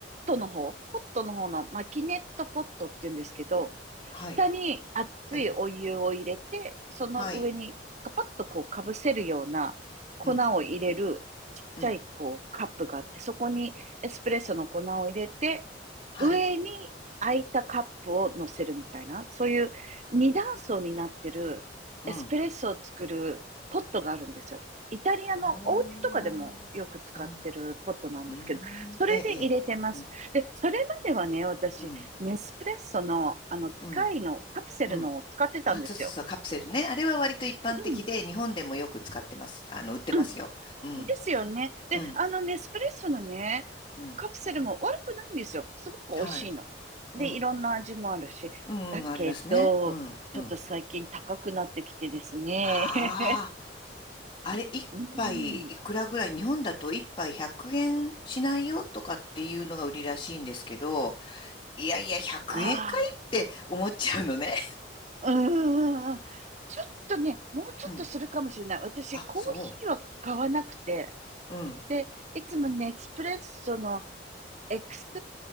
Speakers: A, on the right; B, on the left.
A: ポットの方、ポットの方のマキネットポットって言うんですけど、
B: はい。
A: 下に熱いお湯を入れて、
B: ええ。
A: その上にカパッとこうかぶせるような粉を入れるちっちゃいこうカップがあって、
B: はい。うん、うん。
A: そこにエスプレッソの粉を入れて、
B: はい。
A: 上に空いたカップを乗せるみたいな、そういう二段層になってるエスプレッソを作るポットがあるんですよ。
B: うん。
A: イタリアのお家とかでもよく使ってるポットなんですけど、
B: おー。おうん。
A: それで入れてます。
B: ええ、ええ。うん、
A: で、それまではね、私、
B: うん、
A: ネスプレッソの、あの、機械のカプセルのを使ってたんですよ。
B: うん。うんあ、そうそうそう。カプセルね。あれは割と一般的で、
A: うんうん
B: 日本でもよく使ってます。あの、売ってますよ。
A: うん。
B: うん、
A: うん。ですよね。で、
B: うん、
A: あの、ネスプレッソのね、
B: うん。
A: カプセルも悪くないんですよ。すごく美味しいの。
B: はい。
A: で、
B: うん。
A: いろんな味もあるし。
B: うん、
A: だけど、
B: うんありますね。うん、
A: ちょっと最近高くなってきてですね。
B: うん。ああ、あれ、
A: <laughs>
B: 一杯いくらぐらい、
A: うんうん。
B: 日本だと一杯100円しないよとかっていうのが売りらしいんですけど、いやいや、100円かいって思っちゃうのね。
A: ああ。うんうんうん。ちょっとね、もうちょっとするかもしれない。
B: <laughs> うん。
A: 私、
B: あ、
A: コーヒーは買わなくて、
B: そう。うん、
A: で、いつもネスプレッソのエクス、